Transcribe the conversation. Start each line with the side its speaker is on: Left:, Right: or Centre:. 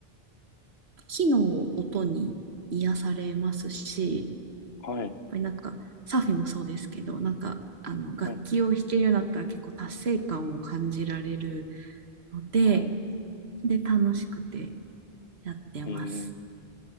Right: 木の音に癒されますし、やっ
Left: はい、
Right: ぱりなんかサーフィンもそうですけど、なんかあの、
Left: はい、
Right: 楽器を弾けるようになったら結構達成感を感じられるので、
Left: はい。
Right: で、楽しくてやってます。
Left: ええー